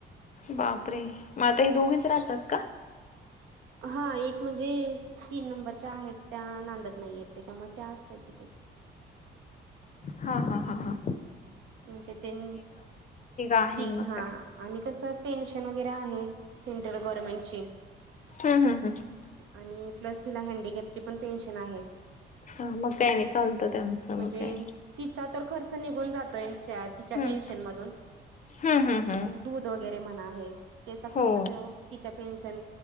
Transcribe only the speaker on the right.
हां, एक म्हणजे तीन नंबरच्या आहेत, त्या नांदत नाहीयेत, त्याच्यामुळं त्या असतात, तिथे. <inaudible>
तुमचे तेन,
तीन
हां.
आणि कसं, पेन्शन वगैरे आहे, सेंट्रल गव्हर्नमेंट ची.
आणि प्लस हिला हँडीकॅपची, पण पेन्शन आहे.
म्हणजे
तिचा तर खर्च निघून जातोय, त्या तिच्या
पेन्शन मधून,
दूध वगैरे म्हणा हे, त्यचा खर्च
तो, तिच्या पेन्शन